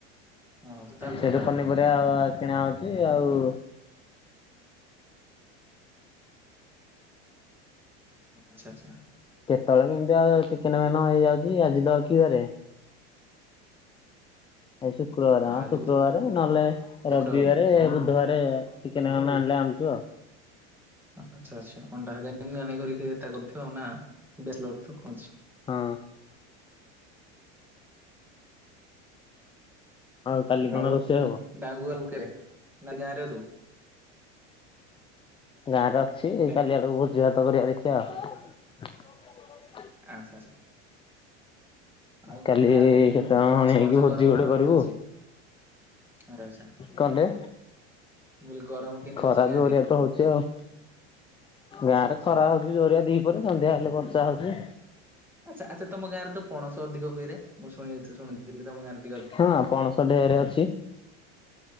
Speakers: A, in the centre; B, on the left (about 15°).
A: ହଁ ସପ୍ତାହକୁ
B: ସେଠୁ
A: ସପ୍ତାହ
B: ପନିପରିବା ଆ କିଣା ହଉଛି ଆଉ
A: ଆଚ୍ଛା ଆଚ୍ଛା
B: କେତେବେଳେ କେମତି ଆଉ ଚିକେନ ଫେନ ହେଇଯାଉଛି ଆଜି ତ କି ବାରେ? ଏ ଶୁକ୍ରବାର ହଁ
A: ଆଜି
B: ଶୁକ୍ରବାର
A: ବୁଧବାର କି ଗୁରୁବାର।
B: ନହେଲେ
A: ଶୁକ୍ରବାର
B: ରବିବାର ବୁଧବାରେ କେନାକେ ଆଣିଲେ ଆଣୁଛୁ ଆଉ
A: ଆଚ୍ଛା ଆଚ୍ଛା ଅଣ୍ଡା ଏମତି ଆଣିକି କରଥିବ ଆଉ ନା ବୁଥିବ କଣଛି
B: ହଁ ଆଉ କାଲି କଣ
A: ଆଉ
B: ରୋଷେଇ ହବ?
A: ଡାଙ୍ଗ ଆଲ କେରେ ନା ଗାଁରେ ରହୁ?
B: ଗାଁରେ ଅଛି
A: ଗାଁ
B: କାଲି ଆଡକୁ ଭୋଜି ଭା ତ ଗରିଆ ଦେଖିବା ଆଉ
A: ଆଚ୍ଛା ଆଚ୍ଛା ଆଉ
B: କାଲି
A: ଗାଁରେ କେମିତି?
B: କେଷତେ ହଣେଇ
A: ପଣସ
B: ହେଇକି
A: ଫଣସ
B: ଭୋଜି
A: ଗରମ
B: ଗୋଟେ
A: ଫରମ
B: କରିବୁ
A: କେମିତି ହଉଛି ଆଚ୍ଛା ଆଚ୍ଛା
B: କଣ ଟେ
A: ମୁଁ କହିଲି ଗରମ କେମିତି
B: ଖରା
A: ହଉଛି ଗାଁରେ?
B: ଜୋରିଆ ତ ହଉଛି ଆଉ
A: ଆଚ୍ଛା
B: ଗାଁ ରେ
A: ଆଚ୍ଛା।
B: ଖରା ହଉଛି ଜୋରିଆ ଦି ପରେ ସନ୍ଧ୍ୟା ହେଲେ ବର୍ଷା ହଉଛି।
A: ଆଚ୍ଛା ଆଚ୍ଛା ତମ ଗାଁରେ ତ ପଣସ ଅଧିକ କରେ ମୁଁ ଶୁଣି ଶୁଣିଥିଲିମ ଗାଁ ରେ
B: ହଁ ପଣସ ଢେରେ ଅଛି